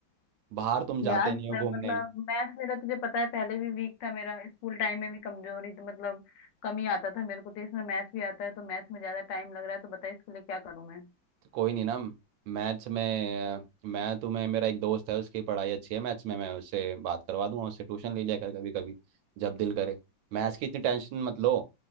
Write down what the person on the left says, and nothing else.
यार
मैं
मतलब मैथ मेरा तुझे पता है पहले भी वीक था मेरा स्कूल टाइम में भी कमजोरी थी मतलब कम ही आता था मेरे को तो इसमें मैथ भी आता है तो मैथ में ज्यादा टाइम लग रहा है तो बता इसके लिए क्या करूं मैं